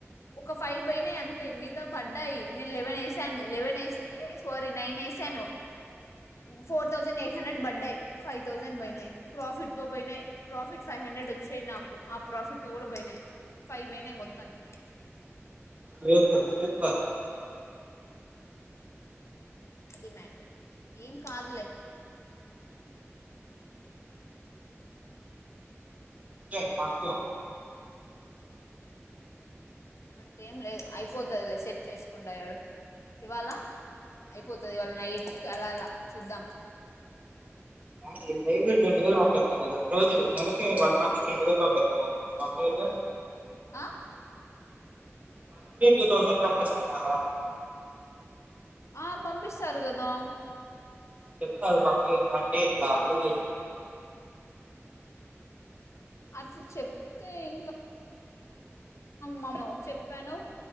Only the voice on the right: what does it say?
సూపర్ సూపర్
కే పనుకో
అ రెం వేల బత రోజు నలకి వన్ మంత్ రెండు వేల మీ మామ్మీళ్ళ
మంత్లీ టూ థౌసండ్ పంపిస్తున్నారా
చెప్తారు బ అంటే ఎట్లా అప్పు చె